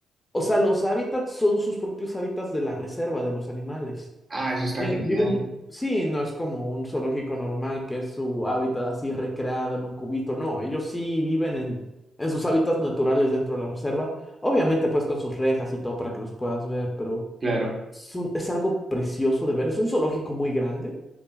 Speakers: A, on the left (about 15°); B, on the right (about 35°).
A: O sea, los hábitats son sus propios hábitats de la reserva de los animales.
B: Ah, eso está
A: Vi-
B: genial,
A: Viven, sí, no es como un zoológico normal que es su hábitat así recreado en un cubito, no, ellos sí viven en, en sus hábitats naturales dentro de la reserva, obviamente pues con sus rejas y todo para que los puedas ver, pero
B: claro.
A: es, un- es algo precioso de ver. Es un zoológico muy grande.